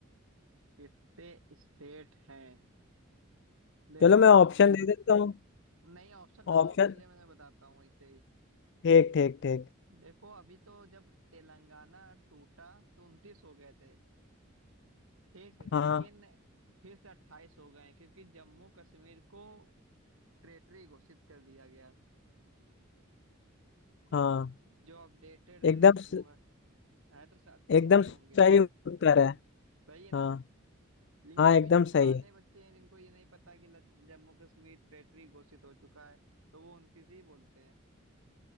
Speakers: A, on the right; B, on the left.
A: कितने स्टेट हैं देखो
B: चलो मैं ऑप्शन
A: पहले
B: दे देता हूँ
A: नहीं ऑप्शन ना
B: ऑप्शन
A: दो पहले मैं बताता हूँ इसे ही
B: ठीक ठीक ठीक
A: देखो अभी तो जब तेलंगाना टूटा तो उनतीस हो गए थे ठीक है
B: हाँ
A: लेकिन फिर से अट्ठाईस हो गए हैं, क्योंकि जम्मू कश्मीर को टेरिटरी घोषित कर दिया गया
B: हाँ
A: जो अपडेटेड
B: एकदम
A: वो
B: स-
A: है है तो अट्ठाईस
B: एकदम
A: ही
B: सही
A: होंगे
B: उत्तर है
A: सही है ना
B: हाँ
A: लेकिन
B: हाँ
A: अभी
B: एकदम
A: जो पुराने
B: सही है
A: बच्चे हैं जिनको ये नहीं पता कि ल- जम्मू कश्मीर टेरिटरी घोषित हो चुका है तो वो उनतीस ही बोलते हैं